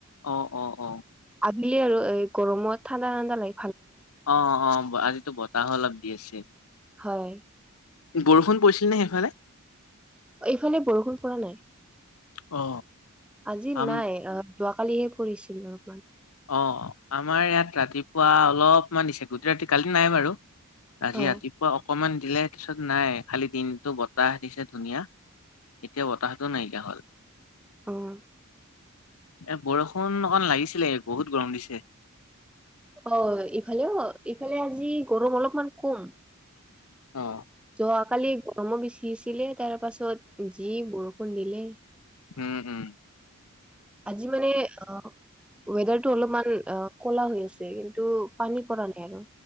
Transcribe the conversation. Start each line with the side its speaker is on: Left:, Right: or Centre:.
Left: অ, অ, অ।
Centre: <unintelligible> এই গৰমত, ঠাণ্ডা ঠাণ্ডা লাগ
Left: অ', অ', আজিতো বতাহো অলপ দি আছে
Centre: হয়।
Left: বৰষুণ পৰিছিল নে সেইফালে?
Centre: এইফালে বৰষুণ পৰা নাই।
Left: অ।
Centre: আজি
Left: আম
Centre: নাই অহ যোৱাকালিহে পঢ়িছিল অলপমান।
Left: অ আমাৰ ইয়াত ৰাতিপুৱা অলপমান দিছে, গোটেই ৰাতি কালি নাই বাৰু। আজি
Centre: অহ
Left: ৰাতিপুৱা অকমান দিলে পিছত নাই খালি দিনটো বতাহ দিছে ধুনীয়া। এতিয়া বতাহটো নাইকিয়া হল।
Centre: আহ।
Left: এ বৰষুণ অকন লাগিছিলে বহুত গৰম দিছে।
Centre: হয় ইফালেও ইফালে আজি গৰম অলপমান কম।
Left: অঁ।
Centre: যোৱাকালি গৰমো বেছি আছিলে তাৰ পাছত যি বৰষুণ দিলে।
Left: উম উম
Centre: আজি মানে অ। ৱেডাৰটো অলপমান কলা হৈ আছে কিন্তু পানী পৰা নাই।